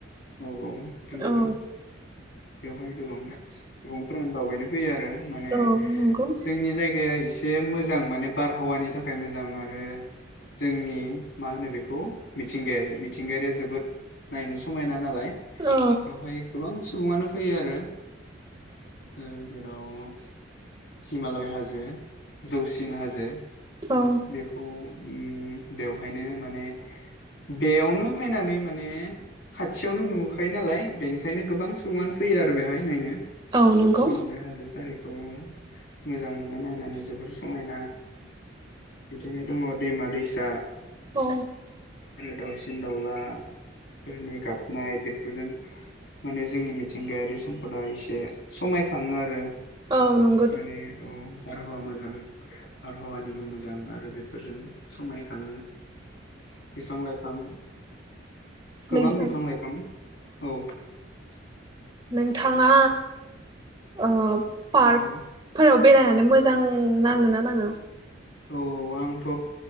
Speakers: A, on the left; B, on the right.
A: औ औ नंगौ
B: औ
A: बेवहाय गोबां सुबुंफोरानो दावबायनो फैयो आरो माने
B: औ नंगौ
A: जोंनि जायगाया एसे एसे मोजां माने बारहावानि थाखाय मोजां आरो जोंनि मा होनो बेखौ मिथिंगायारि मिथिंगायारिया जोबोद नायनो समायना नालाय
B: औ
A: बेवहाय गोबां सुबुङानो फैयो आरो। ओ जेराव हिमालय हाजो जौसिन हाजो।
B: औ
A: बेखौ ओम बेवहायनो माने बेयावनो फैनानै माने खाथियावनो नुखायो। फैयो नालाय बेनिखायनो गोबां बुंआनो फैयो आरो बेहाय नायनो।
B: औ नंगौ
A: मङाय हाजो टारिखौ मोजां मोनो। थांनो नायनानै जोबोर समायना। बिदिनो दङ दैमा दैसा।
B: औ
A: आरो दाउसिन दाउला फोरनि गाबनाय बे फोरजों माने जोंनि मिथिंगायारि सम बा एसे समायखाङो आरो
B: औ नंगौ
A: माने औ। बारहावा मोजां बारहावानिबो मोजां आरो बेफोरजों समायखाङो। बिफां लाइफां गोबां
B: नोंथां
A: बिफां लाइफां औ।
B: नोंथाङा ओ पार्कफोराव
A: औ
B: बेरायनानै मोजां नाङो ना नाङा?
A: औ औ आंथ'